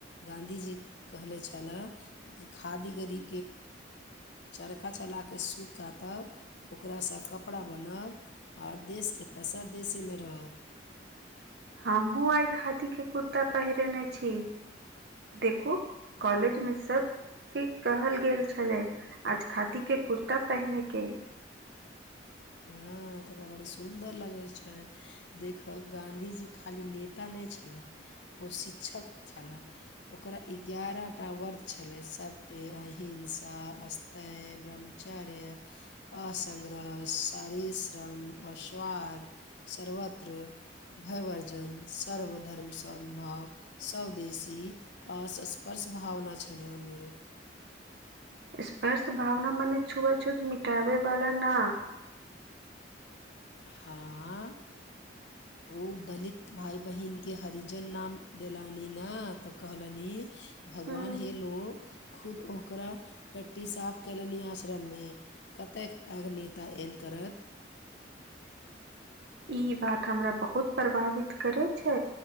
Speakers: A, on the left; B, on the right.
A: गांधी जी कहै छलै खादी गदि चरखा चलाके सुन क तब कपड़ा बनब ओर देशके पैसा देशेमे रहत
B: हमूँ आइ खादी के कुर्ता पेहिरेने छी देखो कॉलेज में सब की कहल गेल छलै आज खादी के कुर्ता पहिनेके
A: हँ हँ तऽ बड़ सुन्दर लगैत छै देखब गाँधजी खाली नेता नहि छलै ओ शिक्षक छलय ओकरा एगारहटा वर्ग छलै सत्य एहि हंसा अस्तय ब्रह्मचर्य असघरष शारीर श्रम अश्वद सत्र भयवर्जन सर्व धर्म समभाव सदेशी असस्पर्श भावना छलै उमे
B: स्पर्श भावना मने छुआ छूत मिटाबे वाला न
A: हँ ओ दलित भााय बहिन के हरिजन नाम देलनि ने तऽ कहलनि भगवान
B: हम्म,
A: हे लोग खुद ओकरा ट्टी साफ कलनि ई आश्रम मे कतेक पग नेता एन करत
B: ई बात हमरा बहुत प्रभावित करे छै